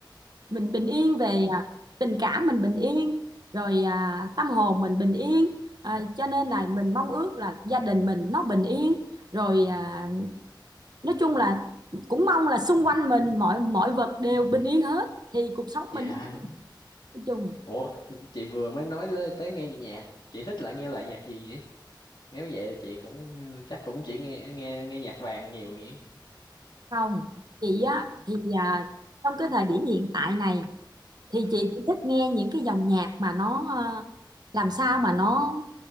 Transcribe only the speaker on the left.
dạ
Ủa, chị vừa mới nói tới, tới nghe nhạc, chị thích lại nghe lại nhạc gì vậy? Nếu vậy chị cũng ừ, chắc cũng chỉ nghe nghe nghe nhạc vàng nhiều nhỉ?
<laughs>